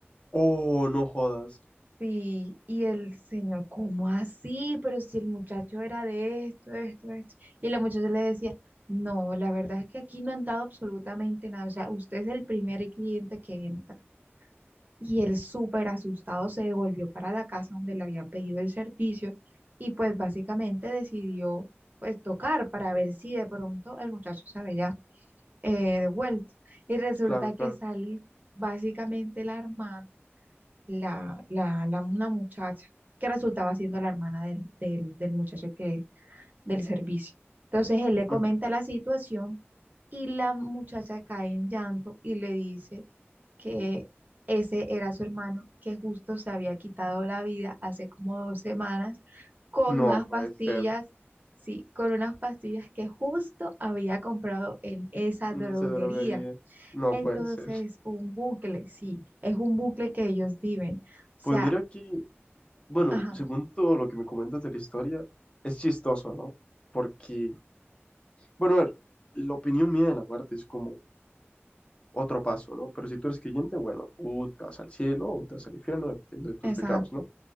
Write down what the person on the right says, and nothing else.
Sí, y el señor, ¿cómo así? Pero si el muchacho era de esto, esto, esto. Y la muchacha le decía, no, la verdad es que aquí no ha entrado absolutamente nada. O sea, usted es el primer cliente que entra y él súper asustado se devolvió para la casa donde le habían pedido el servicio y pues básicamente decidió pues tocar para ver si de pronto el muchacho se había eh, devuelto. Y resulta
que sale básicamente la hermana, la, la, la, una muchacha que resultaba siendo la hermana del, del, del muchacho que, del servicio. Entonces él le comenta
la situación y la muchacha cae en llanto y le dice que ese era su hermano que justo se había quitado la vida hace como dos semanas con
unas
pastillas,
sí, con unas pastillas que justo había comprado en esa
droguería.
Entonces,
un bucle, sí, es un bucle que ellos viven. O sea,
ajá,
exacto,